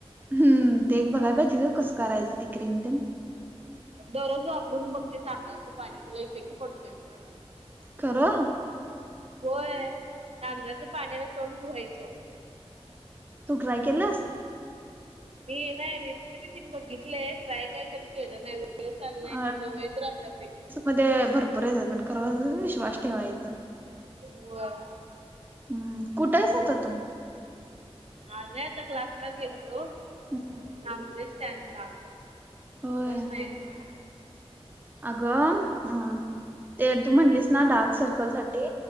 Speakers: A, on the right; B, on the right.
A: हम्म, ते एक बघाय पाहिजे का कसं करायचं, ते क्रीम तेन.
B: दररोज वापरून बघ ते तांदळाच पाणी, तुला इफेक्ट पडते बग.
A: खर.
B: होय, तांदळाच्या पाण्यान तोंड धुवायचं.
A: तू ट्राय केलास.
B: मी नाही रीलल्स मध्ये ती बघितलंय, ट्राय काय कधी केलं नाही. वेळ चाललंय,
A: अ,
B: थोड-थोड वेळ त्रास हाय बाई
A: मध्ये भरपूर येतात पण खर विश्वास ठेवाच.
B: व्हय.
A: हम्म, कुठे आहेस आता तू?
B: आलोय आता क्लास ला गेल तो,
A: हम्म,
B: थांबलोय टॅड ला.
A: होय.
B: बस नाही म्हण.
A: अगं अ, ते तू म्हणलीस ना डार्क सर्कल साठी